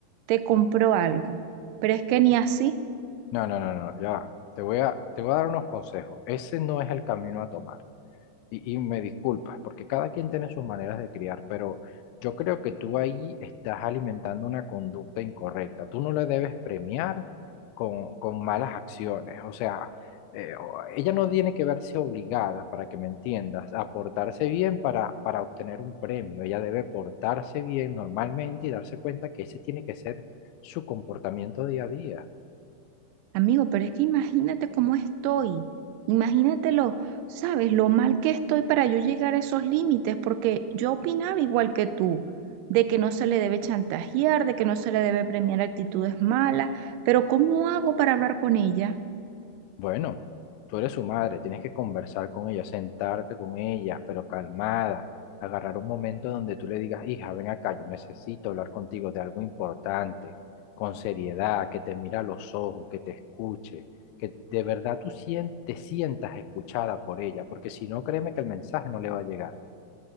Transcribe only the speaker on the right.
te compro algo. Pero es que ni así.
Amigo, pero es que imagínate cómo estoy, imagínate lo, sabes, lo mal que estoy para yo llegar a esos límites, porque yo opinaba igual que tú, de que no se le debe chantajear, de que no se le debe premiar actitudes malas, pero ¿cómo hago para hablar con ella?